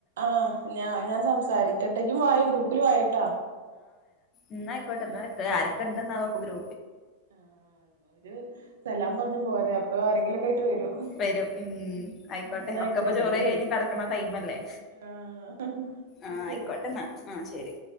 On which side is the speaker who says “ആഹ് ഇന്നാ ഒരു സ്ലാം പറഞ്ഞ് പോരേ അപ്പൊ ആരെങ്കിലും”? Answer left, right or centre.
Right